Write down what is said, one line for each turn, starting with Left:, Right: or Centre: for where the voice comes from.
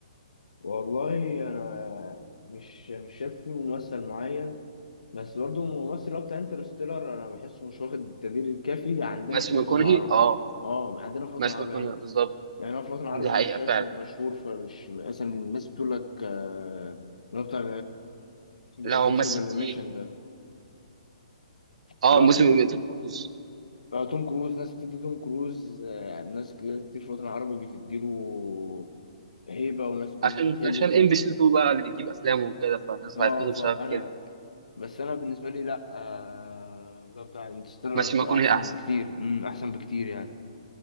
Left: والله انا مش مش شايف فيه ممثل معين بس برضه الممثل اللي هو بتاع انترستيلر انا بحسه مش واخد التقدير الكافي عندنا
Right: ماثيو
Left: في الوطن
Right: ماكونهي
Left: العربي
Right: اه
Left: اه عندنا في الوطن
Right: ماثيو
Left: العربي
Right: ماكونهي
Left: عموما
Right: بالظبط
Left: يعني انا في الوطن العربي
Right: دي
Left: انا
Right: حقيقه
Left: مش شايفه
Right: فعلا
Left: مشهور فمش مثلا الناس بتقول لك آه، اللي هو بتاع
Right: لا
Left: امبوسيبل
Right: هو ممثل تقيل
Left: ميشن ده
Right: اه
Left: اللي هو
Right: موسم
Left: فيه
Right: توم كروز
Left: آه، توم كروز ناس بتدي توم كروز آه، ناس كتير كتير في الوطن العربي بتديله هيبة وناس كتير
Right: عشان
Left: بتحبه
Right: عشان
Left: بتاع
Right: ام بي سي 2 بقى اللي بتجيب افلامه وكده فالناس
Left: اه
Right: عرفته
Left: فانا
Right: بسبب كده
Left: بس انا بالنسبه لي لا آه، لو بتاع انترستيلر
Right: ماثيو ماكونهي
Left: احسن
Right: احسن
Left: بكتير امم احسن بكتير يعني